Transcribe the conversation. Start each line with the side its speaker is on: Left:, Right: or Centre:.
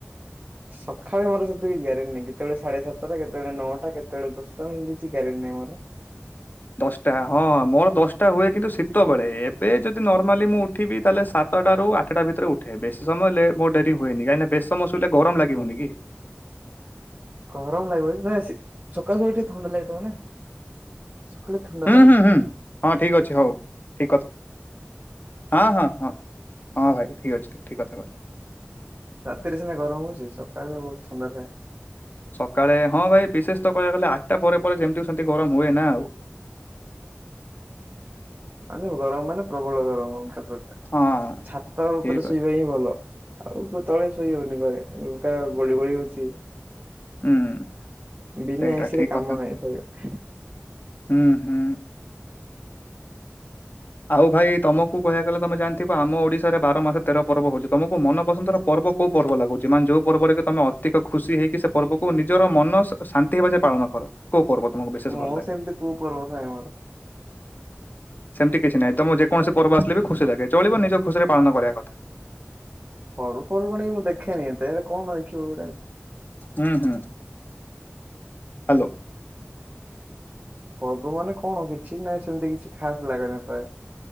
Right: ସଖାଳେ ମୋର ସେତିକି କିଛି ଗ୍ୟାରେଣ୍ଟ ନାହିଁ କେତେବେଳେ ସାଢେ ସାତଟା କେତେବେଳେ ନଅଟା କେତେବେଳେ ଦଶଟା ସେମିତି କିଛି ଗ୍ୟାରେଣ୍ଟି ନାହିଁ ମୋର।
Left: ଦଶଟା ହଁ ମୋର ଦଶଟା ହୁଏ କିନ୍ତୁ ଶୀତବେେଳେ ଏବେ ଯଦି ନର୍ମାଲି ମୁଁ ଉଠିବି ତାହେଲେ ସାତ ସାତଟା ରୁ ଆଠଟା ଭିତରେ ଉଠେ ବେଶୀ ସମୟ ଲେ ମୋ ଡେରି ହୁଏନି କାଇଁ ନା ବେଶୀ ସମୟ ଶୋଇଲେ ଗରମ ଲାଗିବନି କି?
Right: ଗରମ ଲାଗୁବ ପ୍ରାୟ ସି ସକାଳୁ ସକାଳୁ ଟିକେ ଥଣ୍ଡା ଲାଗିଥିବ ନାଇଁ। ସକାଳେ ଥଣ୍ଡା
Left: ହୁଁ
Right: ଲାଗୁଚି।
Left: ହୁଁ ହୁଁ ହଁ ଠିକ ଅଛି ହଉ ଠିକ କ ହଁ ହଁ ହଁ ହଁ ଭାଇ ଠିକ୍ ଅଛି ଠିକ କଥା କହିଲ।
Right: ରାତିରେ ସିନା ଗରମ ହଉଚି ସକାଳେ ଥଣ୍ଡା ଥାଏ।
Left: ସକାଳେ ହଁ ଭାଇ ବିଶେଷ ତ କହିବାକୁ ଗଲେ ଆଠଟା ପରେ ପରେ ଯେମିତି ସେମିତି ଗରମ ହୁଏ ନା ଆଉ।
Right: ମାନେ ଗରମ ମାନେ ପ୍ରବଳ ଗରମ ଅଲଗା ପ୍ରକାର
Left: ହଁ
Right: ଛାତ ଉପରେ
Left: ଠିକ
Right: ଶୋଇବା
Left: ଅଛି।
Right: ହିଁ ଭଲ। ଆଉ କୁ ତଳେ ଶୋଇ ହଉନି ଘରେ ନୁ କା ଗୁଳି ଗୁଳି ହଉଚି।
Left: ହୁଁ
Right: ବିନା
Left: ସେଇଟା
Right: ଏସିରେ
Left: ଠିକ
Right: କାମ
Left: କଥା
Right: ନାହିଁ ଶୋଇ
Left: ହୁଁ ହୁଁ। ଆଉ ଭାଇ ତମକୁ କହିବାକୁ ଗଲେ ତମେ ଜାଣିଥିଵ୍ ବ ଆମ ଓଡିଶାରେ ବାର ମାସରେ ତେର ପର୍ବ ହଉଛି ତମକୁ ମନ ପସନ୍ଦର ପର୍ବ କୋଉ ପର୍ବ ଲାଗୁଛି ମାନେ ଯୋଉ ପର୍ବରେ କି ତମେ ଅ ଅଧିକ ଖୁସି ହେଇକି ସେ ପର୍ବକୁ ନିଜର ମନ ଶ ଶାନ୍ତି ହବାଯାଏଁ ପାଳନ କର। କୋଉ ପର୍ବ ତମକୁ ବିଶେଷ
Right: ମୁଁ
Left: ଭଲ ଲାଗେ?
Right: ସେମିତି କୋଉ ପର୍ବ ନାହିଁ ମୋର।
Left: ସେମିତି କିଛି ନାଇଁ ତମ ଯେକୌଣସି ପର୍ବ ଆସିଲେ ବି ଖୁସି ଲାଗେ ଚଳିବ ନିଜ ଖୁସିରେ ପାଳନ କରିବା କଥା।
Right: ପର୍ବପର୍ବାଣୀ କୁ ମୁଁ ଦେଖେନି ଏତେ ଏରା କଣ ଦେଖିବୁ ଏଉଡ଼ାକ
Left: ହୁଁ ହୁଁ। ହାଲୋ।
Right: ପର୍ବ ମାନେ କଂ କିଛି ନାଏ ସେମତି କିଛି ଖାସ ଲାଗେନି ପ୍ରାୟ।